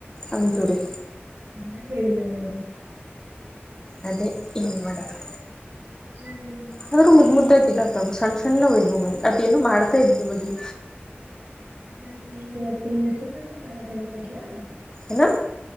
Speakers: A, on the left; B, on the right.
A: ಅಂದ್ಳುರಿ.
B: ಸರಿಯಾಗ ಹೇಳಿದ್ದಾರೆ ಅವರು.
A: ಅದೇ ಏನ ಮಾಡೋದು.
B: <inaudible>
A: ಆದ್ರೂ ಮುದ್ ಮುದ್ದಾಗಿದ್ದಾವವು ಸಣ್ಣ ಸಣ್ಣ ಇದ್ವು ಮರಿ ಅದೇನೋ ಮಾಡ್ತಾ ಇದ್ವಿ ಮರಿ.
B: ನಾನ ನಿಮಿಗೆ ಇಗ ಚಿತ್ರಾನ್ನ ಮಾಡದ ಹೇಳ್ಕೊಡ್ಲಾ.
A: ಏನು.